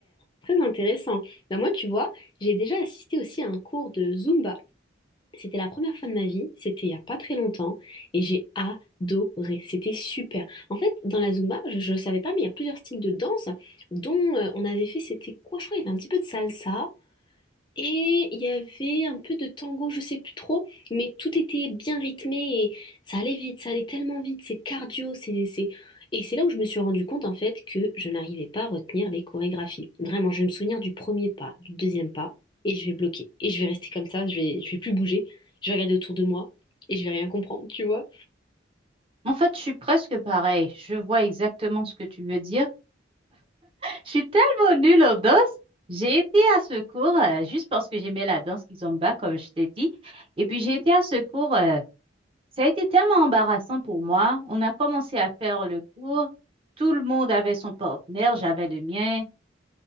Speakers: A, on the left; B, on the right.
A: très intéressant. Bah moi, tu vois, j'ai déjà assisté aussi à un cours de Zumba. C'était la première fois de ma vie, c'était il y a pas très longtemps, et j'ai adoré, c'était super. En fait, dans la Zumba, je ne savais pas, mais il y a plusieurs styles de danse, dont euh, on avait fait, c'était quoi, je crois, il y avait un petit peu de salsa, Et il y avait un peu de tango, je sais plus trop, mais tout était bien rythmé et ça allait vite, ça allait tellement vite, c'est cardio, c'est, c'est... Et c'est là où je me suis rendu compte en fait que je n'arrivais pas à retenir les chorégraphies. Vraiment, je vais me souvenir du premier pas, du deuxième pas, et je vais bloquer. Et je vais rester comme ça, je vais, je vais plus bouger, je vais regarder autour de moi et je vais rien comprendre, tu vois.
B: En fait, je suis presque pareil. Je vois exactement ce que tu veux dire. Je suis tellement nulle en danse. J'ai été à ce cours euh, juste parce que j'aimais la danse Kizomba, comme je t'ai dit. Et puis
A: Mhm.
B: j'ai été à ce cours. euh, ça a été tellement embarrassant pour moi. On a commencé à faire le cours. Tout le monde avait son partenaire. J'avais le mien.